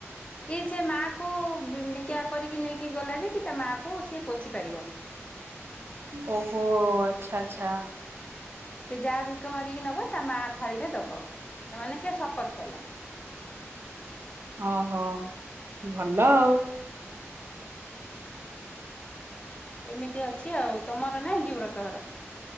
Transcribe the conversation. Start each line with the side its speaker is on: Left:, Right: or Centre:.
Left: କି ସେ ମାଆକୁ ଭି ଭିକା କରିକି ନେଇକି ଗଲା ଯେ କି ତା ମାଆକୁ ସେ ପୋଷିପାରିବ।
Right: ଓ ହୋ ଆଚ୍ଛା ଆଚ୍ଛା
Left: ସେ ଯାହା ଭିକ ମାଗିକି ନବ ତା ମା ଥାଳିରେ ଦବ ତା ମାନେ ସେ ଶପଥ କଲା।
Right: ଅ ହୋ ଭଲ ଆଉ
Left: ଏମିତି ଅଛି ଆଉ ତମର ନାଇଁ କି ବ୍ରତ ଘର